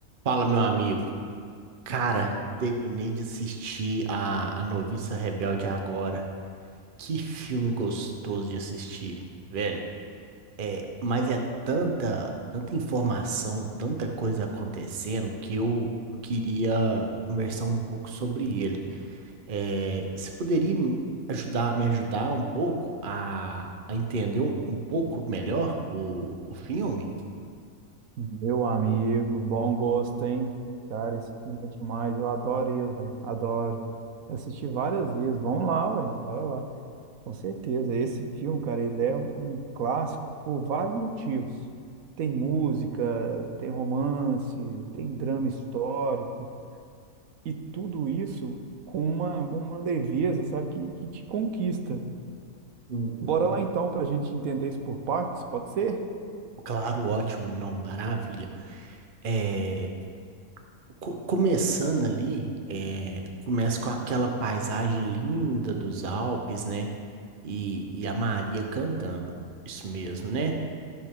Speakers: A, on the right; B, on the right.
A: Fala, meu amigo. Cara, terminei de assistir a, a Noviça Rebelde agora. Que filme gostoso de assistir, velho. É, mas é tanta, tanta informação, tanta coisa acontecendo que eu queria conversar um pouco sobre ele. É, você poderia me ajudar, me ajudar um pouco a, a entender um, um pouco melhor o, o filme?
B: Meu amigo, bom gosto, hein? Cara, esse filme é demais. Eu adoro ele, velho. Adoro. Eu Assisti várias vezes. Vamos lá, ué. Bora lá. Com certeza. Esse filme, cara, ele é um, um clássico por vários motivos. Tem música, tem romance, tem drama histórico. E tudo isso com uma, com uma leveza, sabe, que, que te conquista.
A: Uhum.
B: Bora lá então, pra gente entender isso por partes, pode ser?
A: Claro, ótimo, não, maravilha. É, co- começando ali, é, começa com aquela paisagem linda dos Alpes, né? E, e a Maria cantando. Isso mesmo, né?